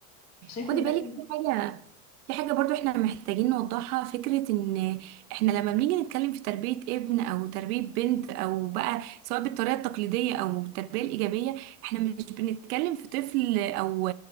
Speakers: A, on the left; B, on the right.
A: فشايفه
B: خدي
A: ان
B: بالك
A: ده بن...
B: في حاجة في حاجة برضو احنا محتاجين نوضحها فكرة ان احنا لما بنيجي نتكلم في تربية ابن او تربية بنت او بقى سواء بالطريقة التقليدية او التربية الايجابية احنا مش بنتكلم في طفل او